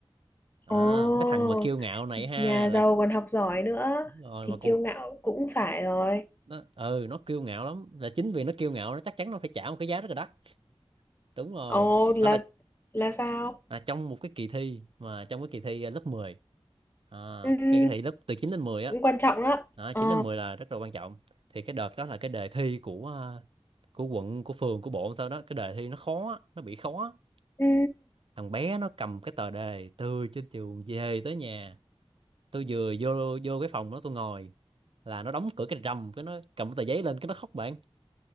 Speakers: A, on the right; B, on the left.
A: à
B: ồ
A: mấy thằng mà kiêu ngạo này ha
B: nhà
A: là
B: giàu còn học giỏi nữa
A: đúng rồi
B: thì
A: mà còn
B: kiêu ngạo cũng phải rồi
A: nó ừ nó kiêu ngạo lắm là chính vì nó kiêu ngạo nó chắc chắn nó phải trả một cái giá rất là đắt đúng rồi
B: ồ là
A: nó là
B: là sao
A: à, trong một cái kỳ thi mà trong cái kỳ thi à, lớp 10, à,
B: ừ ừ,
A: cái kỳ thi lớp từ 9 đến 10 á
B: cũng quan trọng đó
A: đó,
B: ờ
A: 9 đến 10 là rất là quan trọng thì cái đợt đó là cái đề thi của à, của quận của phường của bộ sau đó cái đề thi nó khó á, nó bị khó
B: ừ
A: thằng bé nó cầm cái tờ đề từ trên trường về tới nhà tôi vừa vô vô cái phòng đó tôi ngồi là nó đóng cửa cái rầm cái nó cầm cái tờ giấy lên cái nó khóc bạn